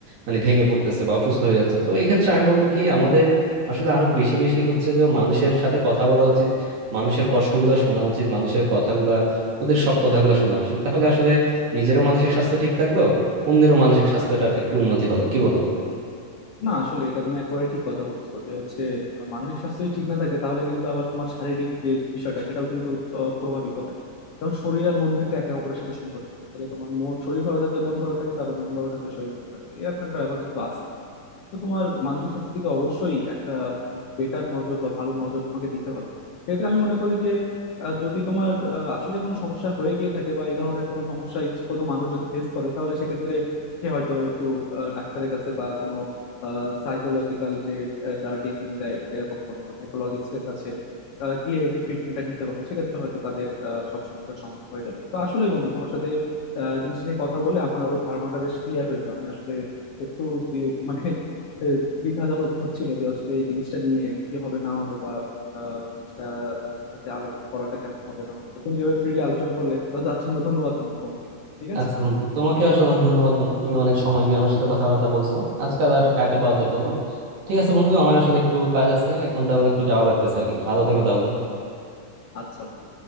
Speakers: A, on the right; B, on the left.
A: মানে ভেঙে পড়তেছে বা অসুস্থ হয়ে যাচ্ছে তো এই ক্ষেত্রে আমি বলবো কি আমাদের আসলে আরো বেশি বেশি হচ্ছে যে মানুষের সাথে কথা বলা উচিত মানুষের কষ্টগুলা শোনা উচিত মানুষের কথাগুলা ওদের সব কথাগুলা শোনা উচিত তাহলে আসলে নিজেরও মানসিক স্বাস্থ্য ঠিক থাকলো অন্যেরও মানসিক স্বাস্থ্যটার একটু উন্নতি হলো কি বলো
B: না আসলে এটা তুমি একেবারে ঠিক কথা বলছো যে হচ্ছে আহ, মানসিক স্বাস্থ্য যদি ঠিক না থাকে তাহলে কিন্তু আবার তোমার শারীরিক যে বিষয়টা সেটাও কিন্তু আহ, প্রভাবিত হয় কারণ শরীর আর মন কিন্তু একে অপরের সাথে সম্পর্কিত তাহলে তোমার মন শরীর ভালো থাকলে মন ভালো থাকবে আবার মন ভালো থাকলে শরীর ভালো থাকবে এরকম একটা ব্যাপার কিন্তু আছে তো তোমার মানসিক স্বাস্থ্যের দিকে অবশ্যই একটা বেটার নজর বা ভালো নজর তোমাকে দিতে হবে সেক্ষেত্রে আমি মনে করি যে আহ, যদি তোমার আসলে কোনো সমস্যা হয়ে গিয়ে থাকে বা এই ধরনের কোনো সমস্যায় কোনো মানুষ যদি ফেস করে তাহলে সেক্ষেত্রে সে হয়তো একটু আহ, ডাক্তারের কাছে বা কোনো সাইকোলজিক্যাল যে আহ, যারা ট্রিটমেন্ট দেয় এরকম কোনো সাইকোলজিস্টের কাছে আহ, গিয়ে একটু ট্রিটমেন্টটা নিতে পারে সেক্ষেত্রে হয়তো তাদের আহ, সব সমস্যার সমাধান হয়ে যাবে তো আসলেই বন্ধু তোমার সাথে আহ, জিনিসটা নিয়ে কথা বলে আমার আরো ধারণাটা বেশ ক্লিয়ার হলো আমি আসলে একটু দি- মানে এ, দ্বিধা হ- হচ্ছিল যে আসলে এই জিনিসটা নিয়ে কি হবে না হবে বা আহ, জিনিসটা সাথে আলোচনা করাটা কেমন হবে না হবে তো তুমি যেভাবে ফ্রিলি আলোচনা করলে তো তার জন্য ধন্যবাদ বন্ধু তোমাকে ঠিক আছে
A: আচ্ছা বন্ধু তোমাকে আসলে অনেক ধন্যবাদ বন্ধু তুমি অনেক সময় নিয়ে আমার সাথে কথাবার্তা বলছো আজকাল আর কাকে পাওয়া যায় বলো ঠিক আছে বন্ধু আমার আসলে একটু কাজ আছে এখন তাহলে একটু যাওয়া লাগতেছে আর কি ভালো থেকো তাহলে
B: আচ্ছা বন্ধু